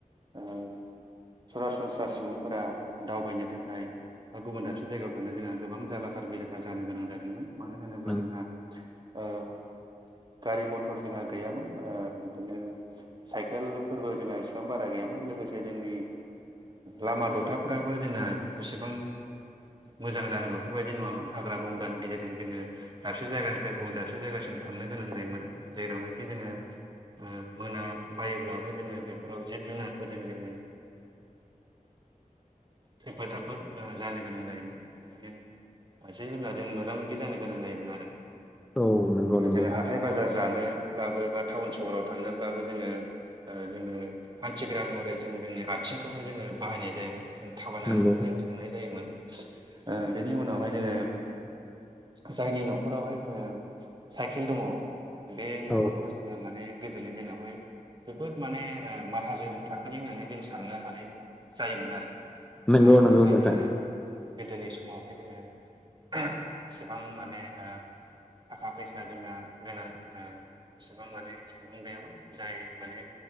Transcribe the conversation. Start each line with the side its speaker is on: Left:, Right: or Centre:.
Right: ओ सरास सनस्रा सुबुंफोरा दावबायनो थाखाय गुबुन दाबसे जायगायाव थांनो जोंहा गोबां जालाखार बेलाखार जानो गोनां जादोंमोन मानो होनोब्ला
Centre: नों
Right: जोंहा आ गारि मथर जोंहा गैयामोन ओ बिदिनो साइकेल फोरबो जोंहा एसे बां बारा गैयामोन लोगोसे जोंनि लामा दथाफ्राबो जोंना जेसिबां मोजां जानांगौ बेफोरबायदि नङामोन हाग्रा बंग्रानि गेजेरजों जोङो दसे जायगानिफ्राय गुबुन दाबसे जायगासिम थांनो गोनां जायोमोन जेरावनो खि जोङो मोना बायोब्लाबो जोङो बेफोराव जिब जुनारफोरजों जोङो खैफोद दाखोद जानो गोनां जायोमोन खायसे जुनारजों मोगा मोगि जानो गोनां जायोमोन आरो
Centre: औ नंगौ नंगौ
Right: जों हाथाय बाजार जानो ब्लाबो बा टाउन सहराव थांनोब्लाबो जोङो जोङो हान्थिग्रा महरै जों जोंनि आ थिंखौनो जोङो बाहायनाय जायोमोन जों थाबायनानैनो
Centre: नंगौ
Right: जों थांनाय जायोमोन ओ बेनि उनावहाय जोङो जायनि न'खरावहाय जोङो साइकेल दङ बे न'खरखौ
Centre: औ
Right: जोङो माने गोदोनि दिनावहाय जोबोद माने माहाजोन थाखोनि होननानै जों साननो हानाय जायोमोन आरो
Centre: नंगौ
Right: मानो होनोबा
Centre: नंगौ नोंथां
Right: जोङो गोदोनि समावहाय जोङो एसेबां माने ओ थाखा फैसा जोंहा गोनां ओ एसेबां माने सुबुं गैयामोन जाय माने